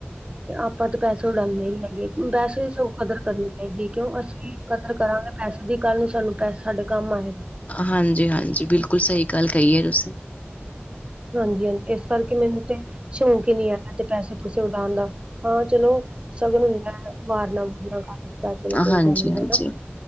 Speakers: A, on the right (about 25°); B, on the left (about 35°).
A: ਆਪਾਂ ਤਾਂ ਪੈਸੇ ਉਡਾਂਦੇ ਨੀ ਹੈਗੇ ਬੇਸੇ ਸਗੋ ਕਦਰ ਕਰਨੀ ਚਾਹੀਦੀ ਐ ਕਿਉਂ ਅਸੀਂ ਕਦਰ ਕਰਾਂਗੇ। ਪੈਸੇ ਦੀ ਕੱਲ੍ਹ ਨੂੰ ਸਾਨੂੰ ਪੈਸੇ ਸਾਡੇ ਕੰਮ ਆਏਗਾ
B: ਹਾਂਜੀ-ਹਾਂਜੀ ਬਿਲਕੁਲ ਸਹੀ ਗੱਲ ਕਈ ਐ ਤੁਸੀਂ
A: ਹਾਂਜੀ-ਹਾਂਜੀ ਇਸ ਕਰਕੇ ਮੈਨੂੰ ਤੇ ਸ਼ੌਂਕ ਈ ਨੀ ਹੈਗਾ ਤੇ ਪੈਸੇ-ਪੂਸੇ ਉਡਾਉਣ ਦਾ, ਹਾ ਚਲੋ। ਸ਼ਗਨ ਹੁੰਦਾ ਵਾਰਨਾ-ਵੁਰਨਾ ਕਰ ਦਿੱਤਾ ਚਲੋ ਕੋਈ
B: ਹਾਂਜੀ
A: ਗੱਲ ਨੀ
B: ਹਾਂਜੀ
A: ਹਨਾ